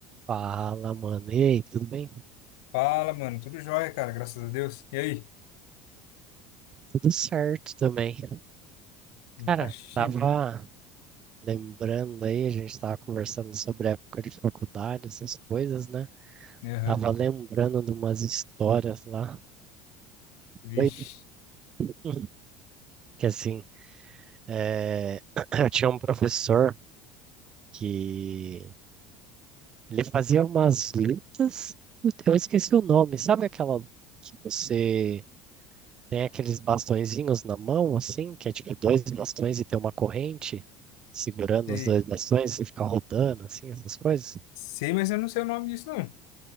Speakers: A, on the right; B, on the left.
A: Fala, mano. E aí, tudo bem?
B: Fala, mano. Tudo jóia, cara. Graças a Deus. E aí?
A: Tudo certo também. Cara,
B: Tá chique.
A: tava lembrando aí, a gente tava conversando sobre a época de faculdade, essas coisas, né?
B: Aham.
A: Tava lembrando de umas histórias lá.
B: Vixe.
A: Doido. <clears throat> Que assim, é, <clears throat> eu tinha um professor que ele fazia umas lutas, eu esqueci o nome, sabe aquela que você Tem aqueles bastõezinhos na mão, assim, que é tipo dois bastões e tem uma corrente segurando
B: Sei.
A: os dois bastões e fica rodando, assim, essas coisas.
B: Sei, mas eu não sei o nome disso, não.